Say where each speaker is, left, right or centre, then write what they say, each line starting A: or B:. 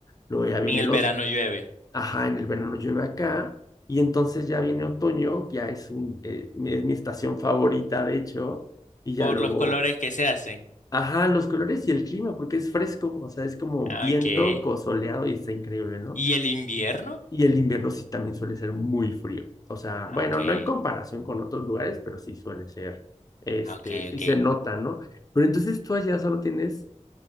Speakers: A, on the left; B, on the left.
A: Luego ya viene
B: el
A: el
B: verano
A: otro,
B: llueve.
A: ajá, en el verano llueve acá y entonces ya viene otoño, que ya es, un, eh, mi- es mi estación favorita, de hecho, y ya
B: Por
A: luego
B: los colores que se hacen.
A: Ajá, los colores y el clima, porque es fresco, o sea, es como
B: Ah,
A: viento
B: Okay.
A: soleado y está increíble, ¿no?
B: ¿Y el invierno?
A: Y el invierno sí también suele ser muy frío, o sea,
B: Ah,
A: bueno,
B: Okay,
A: no en comparación con otros lugares, pero sí suele ser, este,
B: Ah, okay,
A: sí
B: okay.
A: se nota, ¿no? Pero entonces tú allá solo tienes